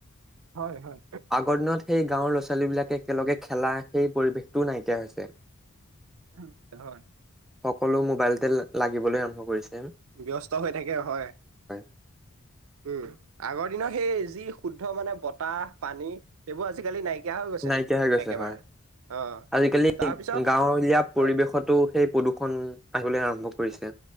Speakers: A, in the centre; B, on the right.
A: <inaudible>
B: হয় হয়
A: আগৰ দিনত সেই গাঁওৰ ল'ৰা ছোৱালী বিলাকে একেলগে খেলা সেই পৰিৱেশটোও নাইকিয়া হৈছে <inaudible>
B: <unintelligible>
A: সকলো মোবাইলতে লাগিবলৈ কৰিছে।
B: ব্যস্ত হৈ থাকে হয়
A: হয়,
B: উম আগৰ দিনৰ সেই যি শুদ্ধ মানে বতাহ পানী সেইবোৰ আজিকালি নাইকিয়া হৈ গৈছে
A: নাইকিয়া হৈ গৈছে
B: একেবাৰে।
A: হয় <inaudible>
B: অ
A: আজিকালি
B: তাৰপিছত
A: গাঁৱলীয়া পৰিৱেশতো
B: অ
A: সেই প্ৰদূৰষণ আহিবলৈ আৰম্ভ কৰিছে